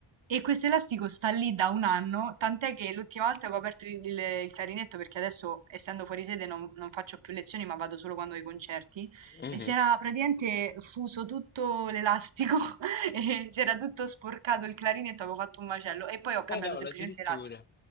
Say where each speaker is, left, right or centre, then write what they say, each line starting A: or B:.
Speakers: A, on the right; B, on the left.
A: E questo elastico sta lì da un anno, tant'è che l'ultima volta che ho aperto il, il- il clarinetto, perché adesso essendo fuori sede non, non faccio più lezioni, ma vado solo quando ho i concerti,
B: Mhm.
A: e si era praticamente fuso tutto l'elastico, <laughs> e si era tutto sporcato il clarinetto, avevo fatto un macello, e poi ho cambiato
B: Eh, cavolo,
A: semplicemente
B: addirittura.
A: l'elastico.